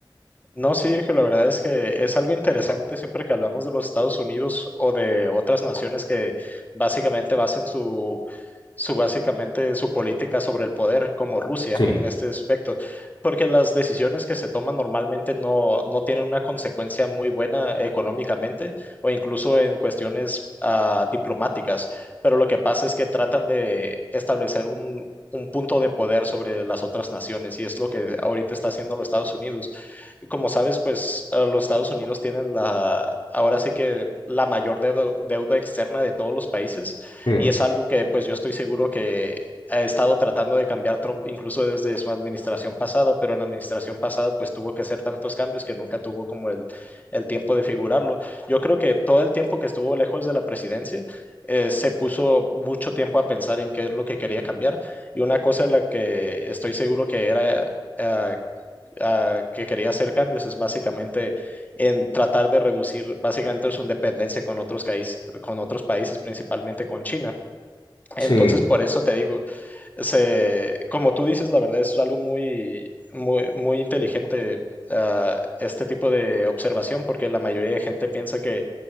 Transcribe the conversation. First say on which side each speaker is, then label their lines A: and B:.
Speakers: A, on the left (about 20°); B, on the left (about 65°).
A: No, sí, viejo, la verdad es que es algo interesante siempre que hablamos de los Estados Unidos o de otras naciones que básicamente basen su su básicamente su política sobre el poder, como Rusia
B: Sí,
A: en este aspecto, porque las decisiones que se toman normalmente no, no tienen una consecuencia muy buena económicamente o incluso en cuestiones ah, diplomáticas, pero lo que pasa es que tratan de establecer un, un punto de poder sobre las otras naciones y es lo que ahorita está haciendo los Estados Unidos. Como sabes, pues eh, los Estados Unidos tienen la, ahora sí que la mayor deuda, deuda externa de todos los países
B: sí,
A: y es algo que pues yo estoy seguro que ha estado tratando de cambiar Trump incluso desde su administración pasada, pero en la administración pasada pues tuvo que hacer tantos cambios que nunca tuvo como el, el tiempo de figurarlo. Yo creo que todo el tiempo que estuvo lejos de la presidencia eh, se puso mucho tiempo a pensar en qué es lo que quería cambiar. Y una cosa en la que estoy seguro que era... eh, ah, que quería hacer cambios es básicamente en tratar de reducir básicamente su dependencia con otros, cais- con otros países, principalmente con China. Entonces,
B: sí.
A: por eso te digo, se, como tú dices, la verdad es algo muy, muy, muy inteligente. ah, este tipo de observación, porque la mayoría de gente piensa que,